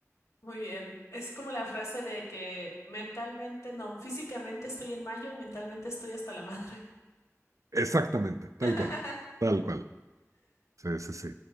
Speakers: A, on the left; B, on the right.
A: Muy bien. Es como la frase de que mentalmente, no, físicamente estoy en mayo y mentalmente estoy hasta la madre.
B: Exactamente, tal
A: <laughs>
B: cual, tal cual. Sí, sí, sí.